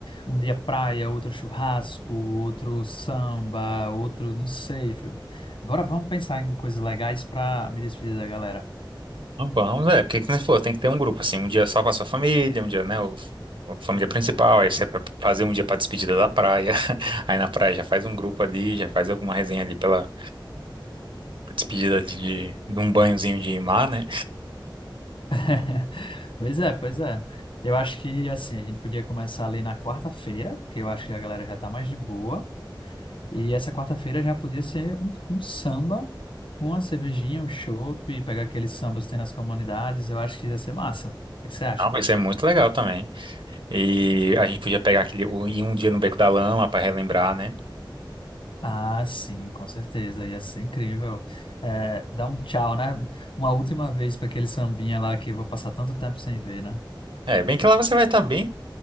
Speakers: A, on the left; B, on the right.
A: um dia praia, outro churrasco, outro samba, outro, não sei. Bora, vamos pensar em coisas legais para me despedir da galera.
B: Não, Vamos, é, porque que nem você falou, tem que ter um grupo, assim, um dia só com a sua família, um dia, né, o, a família principal, aí você vai fazer um dia pra despedida da praia, <laughs> aí na praia já faz um grupo ali, já faz alguma resenha ali pela despedida de, de um banhozinho de mar, né?
A: <laughs> Pois é, pois é. Eu acho que assim, a gente podia começar ali na quarta-feira, que eu acho que a galera já tá mais de boa. E essa quarta-feira já podia ser um, um samba Com uma cervejinha, um chopp, pegar aqueles sambas que tem nas comunidades, eu acho que ia ser massa. O que que você acha?
B: Não, vai ser muito legal também. E a gente podia pegar aquele, o- ir um dia no Beco da Lama pra relembrar, né?
A: Ah, sim, com certeza, ia ser incrível. É, dar um tchau, né? Uma última vez para aquele sambinha lá que eu vou passar tanto tempo sem ver, né?
B: É, bem que lá você vai estar bem,